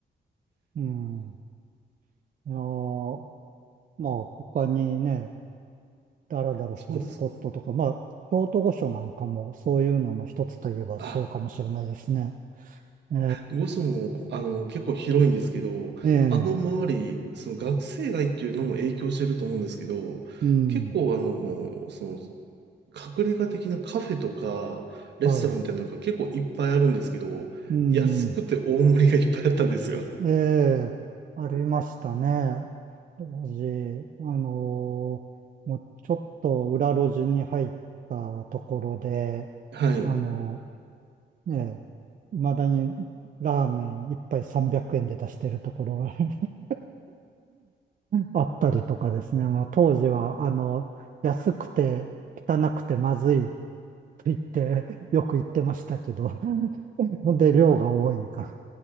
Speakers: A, on the right (about 45°); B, on the right (about 70°).
A: うん。いやー、まあ、他にね、だらだらするスポットとか、
B: そうですか。
A: まあ、京都御所なんかもそういうのの一つといえばそうかもしれないですね。
B: あ
A: え
B: 魚市も、あの、結構広いんですけど、
A: えええ
B: あの周り、その学生街っていうのも影響してると思うんですけど、
A: うん。
B: 結構あの、その、隠れ家的なカフェとか、レストランみたいなのが結構いっぱいあるんですけど、
A: はい。うん。
B: 安くて大盛りがいっぱいあったんですよ。
A: ええ、ありましたね。当時、あのーもうちょっと裏路地に入ったところで、
B: はい。
A: あのーねえ、未だにラーメン一杯300円で出してるところが <laughs> あったりとかですね。まあ、当時は、あの、安くて汚くてまずいと言って、よく言ってましたけど、<laughs> ほんで量が多いから、